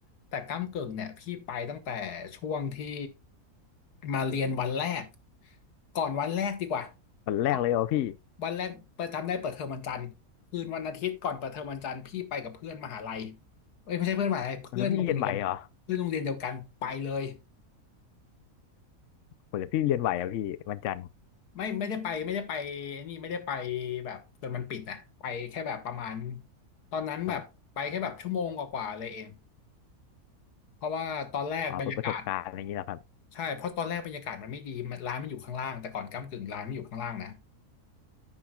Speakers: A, on the left; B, on the left.
A: แต่ก้ำกึ่งเนี่ยพี่ไปตั้งแต่ช่วงที่มาเรียนวันแรกก่อนวันแรกดีกว่า
B: วันแรกเลยเหรอพี่
A: ครับวันแรกเปิดจำได้เปิดเทอมวันจันทร์คืนวันอาทิตย์ก่อนเปิดเทอมวันจันทร์พี่ไปกับเพื่อนมหาลัยเอ้ยไม่ใช่เพื่อนมหาลัยเพื่อนโรงเรียน
B: แล้วพี่เรียนไหวเหรอ
A: เพื่อนโรงเรียนเดียวกันไปเลย
B: ผมเลยพี่เรียนไหวอะพี่วันจันทร์
A: ไม่ไม่ได้ไปไม่ได้ไปไอ้นี่ไม่ได้ไปแบบจนมันปิดอ่ะไปแค่แบบประมาณตอนนั้นแบบไปแค่แบบชั่วโมงกว่าๆเลยเอง
B: ครับ
A: เพราะว่าตอนแรกบรรยากาศ
B: อ๋อเป็นประสบการณ์อะไรอย่างนี้แหละครับ
A: ใช่เพราะตอนแรกบรรยากาศมันไม่ดีมันร้านมันอยู่ข้างล่างแต่ก่อนก้ำกึ่งร้านมันอยู่ข้างล่างนะ